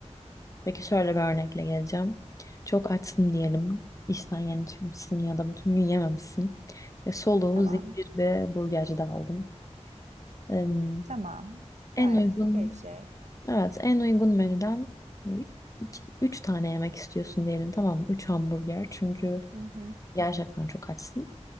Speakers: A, on the left; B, on the right.
A: Peki şöyle bir örnekle geleceğim. Çok açsın diyelim. İşten yeni çıkmışsın ya da bütün gün yememişsin. Ve soluğu
B: Tamam.
A: zincir ve burgercide aldın. Em,
B: Tamam. Gayet
A: en uygun
B: okey bir şey.
A: Evet, en uygun menüden iki, üç tane yemek istiyorsun diyelim tamam mı? Üç hamburger çünkü
B: Hı hı.
A: gerçekten çok açsın.